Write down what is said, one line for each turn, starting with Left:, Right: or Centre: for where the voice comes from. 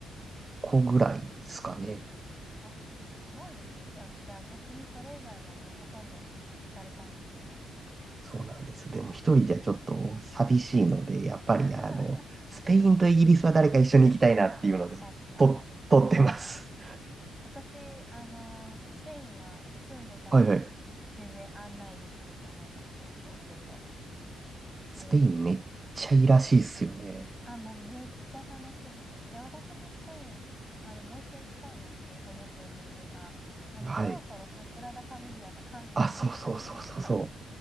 Right: こぐらいですかね。
Centre: あ、すごいですね。逆、じゃあ逆にそれ以外はもうほとんど行かれたんですね。
Right: そうなんです。でも一人じゃちょっと寂しいので、やっぱりあの、
Centre: <laughs>
Right: スペインとイギリスは誰か一緒に行きたいなっていうので、
Centre: 確かに。
Right: と、撮ってます。
Centre: うん。私、あの、スペインは住んでたので、
Right: はいはい。
Centre: 全然案内できると思います。結構いろいろ。ね、
Right: スペインめっちゃいいらしいっすよね。
Centre: あ、もうめっちゃ楽しいです。で、私もスペイン、あの、もう一回行きたいなって思ってる理由が、あの、
Right: はい。
Centre: そろそろサグラダ・ファミリアが完成するじゃないですか。
Right: あ、そうそうそうそうそう。